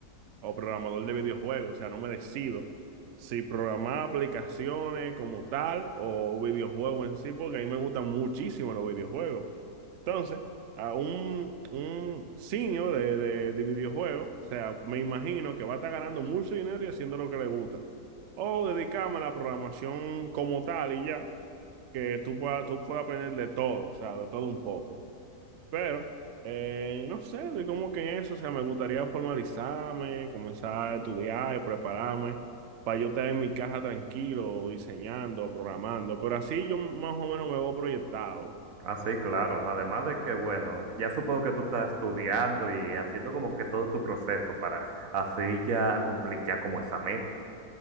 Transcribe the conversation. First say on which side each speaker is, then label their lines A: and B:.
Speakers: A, on the right (about 80°); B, on the right (about 55°).
A: o programador de videojuegos. O sea, no me decido si programar aplicaciones como tal o videojuegos en sí, porque a mí me gustan muchísimo los videojuegos. Entonces, a un, un senior de, de, de videojuegos, o sea, me imagino que va a estar ganando mucho dinero y haciendo lo que le gusta. O dedicarme a la programación como tal y ya, que tú puedas tú puedas aprender de todo, o sea, de todo un poco. Pero, eh, no sé, estoy como que en eso, o sea, me gustaría formalizarme, comenzar a estudiar y prepararme para yo estar en mi caja tranquilo, diseñando, programando. Pero así yo más o menos me veo proyectado.
B: Ah, sí, claro. Además de que, bueno, ya supongo que tú estás estudiando y haciendo como que todo tu proceso para así ya cumplir ya como esa meta.